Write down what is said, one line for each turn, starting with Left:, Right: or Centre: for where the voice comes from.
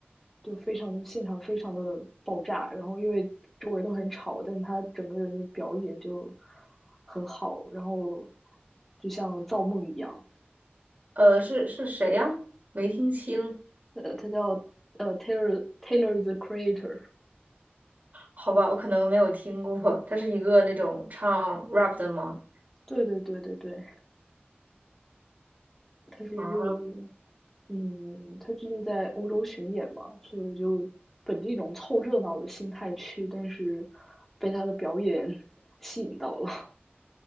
Centre: 就非常的现场非常的爆炸，然后因为周围都很吵，但他整个人的表演就很好，然后就像造梦一样。
Right: 呃，是是谁呀？没听清，
Centre: 呃，他叫呃 Taylor Taylor the Creator。
Right: 好吧，我可能没有听过。他是一个那种唱 rap 的吗？
Centre: 对对对对对，他是一个，
Right: 啊，
Centre: 嗯，他最近在欧洲巡演嘛，所以我就本着一种凑热闹的心态去，但是被他的表演 <laughs> 吸引到了。